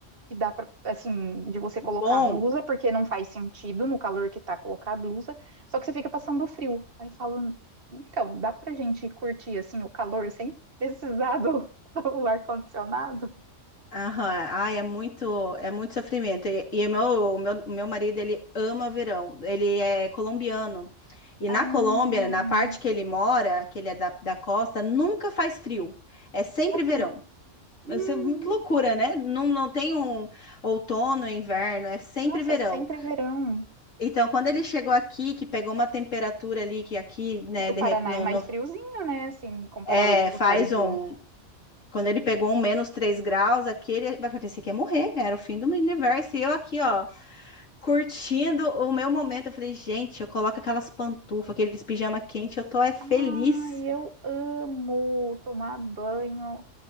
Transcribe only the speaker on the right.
que dá para assim, de você colocar
a blusa, porque não faz sentido no calor que tá colocar a blusa, só que você fica passando frio. Aí falam, então, dá pra gente curtir assim o calor sem precisar do, do ar-condicionado?
Ah,
ué,
hum,
nossa,
é sempre verão.
E
o
Paraná
é mais
friozinho, né? Assim, comparado
a alguns
lugares do.
Ah, e eu amo tomar banho